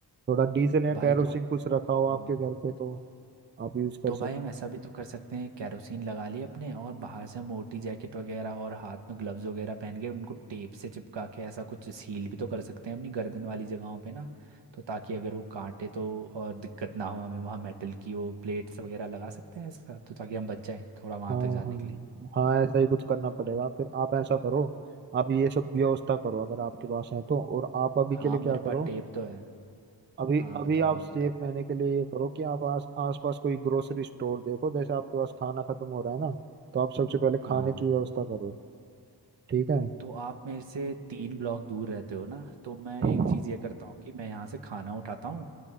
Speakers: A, on the right (about 30°); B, on the right (about 80°).
A: थोड़ा डीजल या
B: भाई
A: कैरोसिन
B: तो
A: कुछ रखा हो आपके
B: हम्म,
A: घर पे तो आप यूज कर
B: तो
A: सकते
B: भाई हम ऐसा भी तो कर सकते हैं कैरोसिन लगा लिए अपने और बाहर से मोटी जैकेट वगैरह और हाथ में ग्लव्स वगैरह पहन के उनको टेप से चिपका के ऐसा कुछ सील भी तो कर सकते हैं अपनी गर्दन वाली जगहों पे ना तो ताकि अगर वो काटे तो और दिक्कत ना हो हमें वहाँ मेटल की वो प्लेट्स वगैरह लगा सकते हैं ऐसा तो ताकि हम बच जाएं थोड़ा वहाँ
A: हाँ
B: तक जाने
A: हाँ
B: के लिए
A: हाँ ऐसा ही कुछ करना पड़ेगा फिर आप ऐसा करो आप ये सब व्यवस्था करो अगर आपके पास है तो और आप अभी
B: हाँ
A: के लिए क्या
B: मेरे पास
A: करो
B: टेप तो है
A: अभी
B: हाँ
A: अभी
B: बताओ
A: आप
B: आप
A: सेफ
B: बताओ
A: रहने के लिए ये करो कि आप आस आसपास कोई ग्रोसरी स्टोर देखो जैसे आपके पास खाना खत्म हो रहा है ना तो आप सबसे पहले
B: हाँ
A: खाने की व्यवस्था करो ठीक
B: तो आप मेरे से तीन ब्लॉक दूर रहते हो ना तो मैं
A: है
B: एक चीज़ ये करता हूँ कि मैं यहाँ से खाना उठाता हूँ